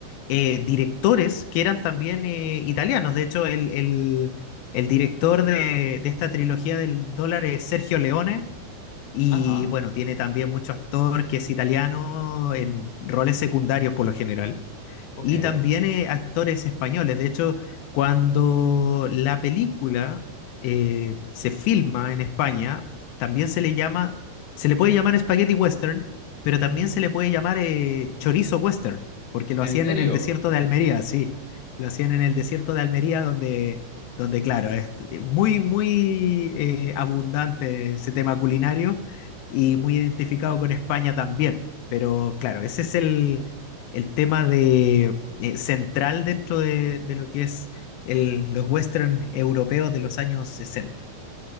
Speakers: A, on the left; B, on the left.
A: eh, directores que eran también eh, italianos. De hecho, el, el- el director de, de esta trilogía del dólar es Sergio Leone y
B: Ajá,
A: bueno, tiene también mucho actor que es italiano en roles secundarios por lo general
B: ok.
A: y también eh, actores españoles. De hecho, cuando la película eh, se filma en España, también se le llama, se le puede llamar spaghetti western, pero también se le puede llamar eh, chorizo western, porque lo
B: ¿En
A: hacían
B: serio?
A: en el desierto de Almería, sí, lo hacían en el desierto de Almería donde, donde claro, es muy, muy eh, abundante ese tema culinario y muy identificado con España también. Pero claro, ese es el, el tema de, eh, central dentro de, de lo que es el, los western europeos de los años sesenta